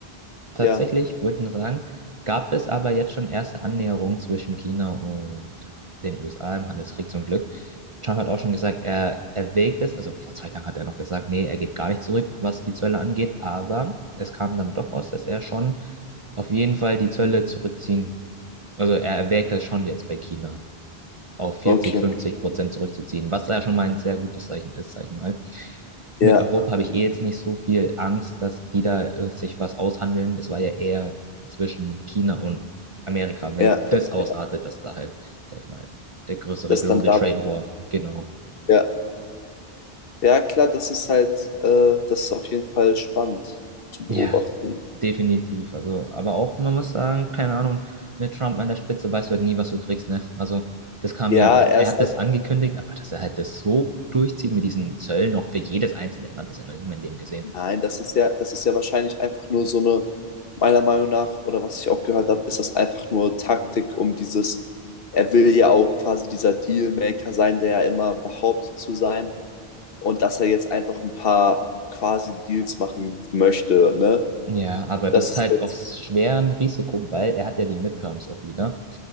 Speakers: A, on the right (about 40°); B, on the left (about 65°).
A: Tatsächlich,
B: Ja,
A: wollte ich nur sagen, gab es aber jetzt schon erste Annäherungen zwischen China und den USA im Handelskrieg zum Glück. Trump hat auch schon gesagt, er erwägt es, also vor zwei Tagen hat er noch gesagt, nee, er geht gar nicht zurück, was die Zölle angeht, aber es kam dann doch raus, dass er schon auf jeden Fall die Zölle zurückziehen, also er erwägt das schon jetzt bei China, auf 40,
B: okay.
A: 50 Prozent zurückzuziehen, was ja schon mal ein sehr gutes Zeichen ist, sag ich mal
B: Ja,
A: mit Europa habe ich eh jetzt nicht so viel Angst, dass die da äh, sich was aushandeln. Das war ja eher zwischen China und Amerika, wenn
B: ja,
A: das ausartet,
B: ja.
A: dass da halt, sag ich mal, der größere
B: Das
A: Global
B: dann da.
A: Trade War, genau.
B: Ja. Ja, klar, das ist halt, äh, das ist auf jeden Fall spannend zu beobachten.
A: Ja, definitiv. Also, aber auch, man muss sagen, keine Ahnung, mit Trump an der Spitze weißt du halt nie, was du kriegst, ne? Also, das kam
B: Ja,
A: ja auch.
B: er
A: Er
B: ist
A: hat das angekündigt, aber dass er halt das so durchzieht mit diesen Zöllen, auch für jedes einzelne Land, das habe ich noch nie in meinem Leben gesehen.
B: Nein, das ist ja, das ist ja wahrscheinlich einfach nur so eine, meiner Meinung nach, oder was ich auch gehört habe, ist das einfach nur Taktik, um dieses, er will ja auch quasi dieser Dealmaker sein, der ja immer behauptet zu sein und dass er jetzt einfach ein paar quasi Deals machen möchte, ne?
A: Ja, aber das
B: Das
A: ist
B: ist
A: halt
B: jetzt,
A: auf schwer ein Risiko, weil er hat ja die Midterms auch wieder.